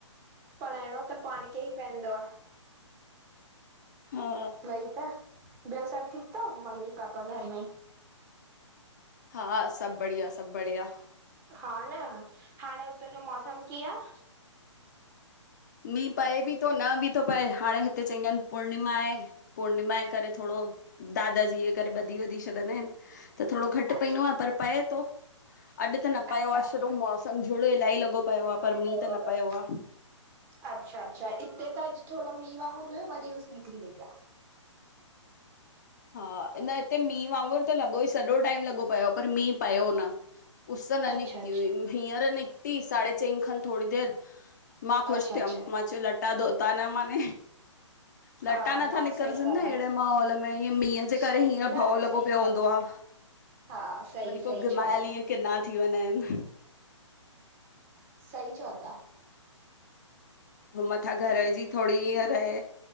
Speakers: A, on the right (about 15°); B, on the left (about 35°).
A: पढ़ाइणों त पांण खे ई पैइंदो आ।
B: हा
A: वई त, ॿियो सभु ठीक तव मम्मी पापा घर में?
B: हा सब बढ़िया सब बढ़िया
A: हा न हांणें उतां जो मौसम कीअं आ?
B: मींहु पए ॿि तो न ॿि तो पए हाणें हिते चईंदा हिनि पूर्णिमा हे पुर्णिमा जे करे थोरो दादाजीअ करे ॿधी वधी छॾंदा हिनि त थोड़ो घटि
A: अच्छा
B: पैइन्दो आ पर पए तो अॼु त न पयो
A: अच्छा
B: आ
A: अच्छा
B: शुरू मौसम मोसम झुड़ु इलाही लॻो पयो आ
A: दफ़ो
B: पर मींहुं
A: पियो
B: त
A: आहे
B: न
A: बस
B: पयो आ।
A: अच्छा अच्छा इते त अॼु थोड़ो मींहं वांगुर हुयो वरी उस निकिरी वई आ।
B: हा न हिते मींह वांगुर त लॻोई सॼो टाइम लॻो पयो पर मींहु पयो न। उस न
A: आहे
B: निकिती
A: अच्छा अच्छा
B: हुई हींअर निकिती साढ़े चईं खनि थोड़ी देरि मां ख़ुशि
A: अच्छा
B: थियमि
A: अच्छा
B: मां च्यो लटा धोता न माने लट्टा
A: हा
B: नथा
A: न
B: निकरिजनि
A: सही ॻाल्हि
B: न अहिड़े
A: आहे
B: माहौल में ईएं मींहं जे करे
A: सही
B: हींअ
A: न
B: भओ
A: न
B: लॻो
A: सही
B: पियो
A: चओ
B: हूंदो
A: था
B: आ
A: हा सही
B: वरी
A: सही
B: पो घिमायल
A: चओ था
B: इअं किन्ना थी वना हिनि
A: सही चओ ता
B: हो मथां घर जी थोरी ईअं रहे